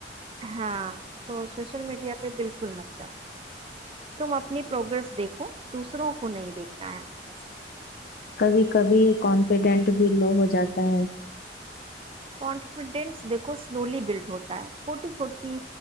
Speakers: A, on the right; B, on the left.
A: ہاں تو سوشل میڈیا پہ بالکل مچہ تم اپنی پروگریس دیکھو دوسروں کو نہیں دیکھنا ہے ہمیں بس
B: کبھی کبھی کانفیڈنٹ بھی لو ہو جاتا ہے
A: کانفیڈینس دیکھو سلولی بلڈ ہوتا ہے چھوٹی چھوٹی